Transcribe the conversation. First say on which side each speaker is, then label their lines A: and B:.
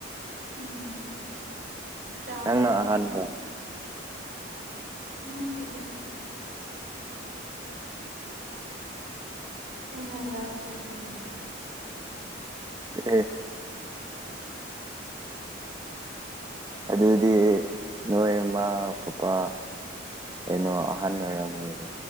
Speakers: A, on the right; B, on the right.
A: ꯎꯝ ꯆꯥꯎꯔꯀꯥꯟꯗꯗꯤ
B: ꯅꯪꯅ ꯑꯍꯥꯟꯕ
A: ꯅꯠꯇꯗ ꯑꯩꯅ ꯂꯥꯁ ꯁꯦꯀꯦꯟ
B: ꯀꯑꯦ ꯑꯗꯨꯗꯤ ꯅꯣꯏꯃꯥ ꯄꯄꯥ ꯀꯩꯅꯣ ꯑꯍꯥꯟꯕ ꯑꯣꯏꯔꯝꯒꯅꯤꯅꯦ